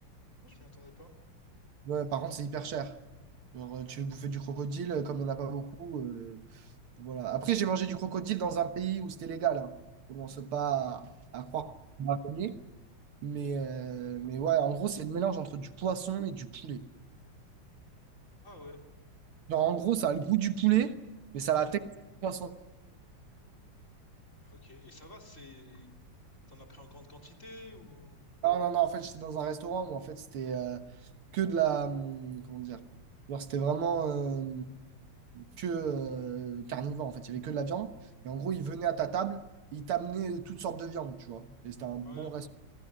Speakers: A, on the left; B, on the right.
A: Moi, je m'y attendais pas.
B: Ouais, par contre, c'est hyper cher. Genre, euh, tu veux bouffer du crocodile, euh, comme il n'y en a pas beaucoup. euh, voilà. Après, j'ai mangé du crocodile dans un pays où c'était légal. Hein. Commence pas à, à croire qu'on m'a connu. Mais, euh, mais ouais, en gros, c'est le mélange entre du poisson et du poulet.
A: Ah ouais.
B: Genre, en gros, ça a le goût du poulet,
A: Mhm.
B: mais ça a la texture du poisson.
A: Ok. Et ça va, c'est. T'en as pris en grande quantité ou.
B: Non, non, non, en fait, j'étais dans un restaurant où en fait c'était euh, que de la. hum, Comment dire? Genre, c'était vraiment euh, que euh, carnivore, en fait. Il y avait que de la viande. Et en gros, ils venaient à ta table, ils t'amenaient toutes sortes de viandes, tu vois. Et c'était un bon
A: Ouais.
B: restaurant.